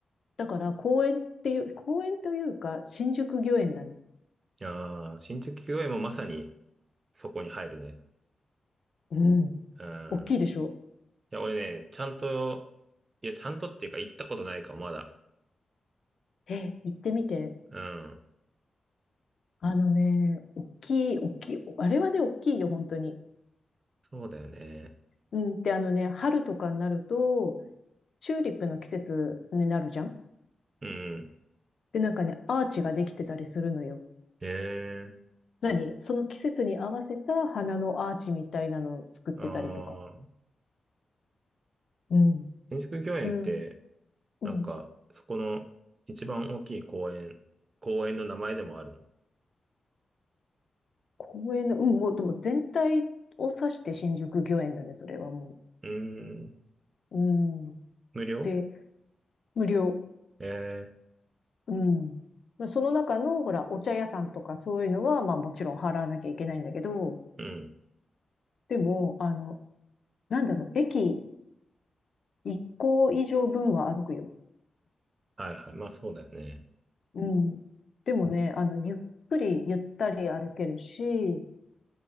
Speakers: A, on the left; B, on the right.
A: だから公園っていう、公園というか、新宿御苑だね。
B: いやー、新宿御苑もまさにそこに入るね。
A: うん。
B: うん。
A: 大きいでしょ
B: いや、俺ね、ちゃんと、いや、ちゃんとっていうか行ったことないか、もまだ。
A: え、行ってみて。
B: うん。
A: あのね、大きい、大きい。あれはね、大きいよ、本当に。
B: そうだよね。
A: うん。で、あのね、春とかになると、チューリップの季節になるじゃん
B: うん。
A: で、なんかね、アーチができてたりするのよ。
B: ええ
A: 何その季節に合わせた花のアーチみたいなのを作ってたりとか。
B: あー、
A: うん。
B: 新宿御苑って、
A: す、うん。
B: なんか、そこの一番大きい公園、公園の名前でもあるの。う
A: 公園の、うん、もう、でも全体を指して新宿御苑だね、それはも
B: ーん。
A: う。うん。
B: 無料
A: で、無料。
B: ええ
A: うん。まあその中の、ほら、お茶屋さんとかそういうのは、まあもちろん払わなきゃいけないんだけど、
B: うん。
A: でも、あの、なんだろう、駅1個以上分は歩くよ。
B: はいはい。まあそうだよね。
A: うん。でもね、あの、ゆっくりゆったり歩けるし、